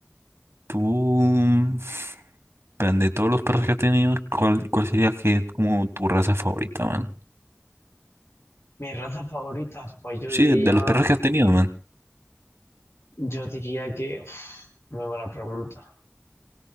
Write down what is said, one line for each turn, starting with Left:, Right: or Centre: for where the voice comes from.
Right: Tú, mm, plan, de todos los perros que has tenido, ¿cuál, cuál sería que es como tu raza favorita, man?
Left: Mis razas favoritas, pues yo
Right: Sí,
Left: diría,
Right: de, de los perros que has tenido, man.
Left: yo diría que, uf, muy buena pregunta.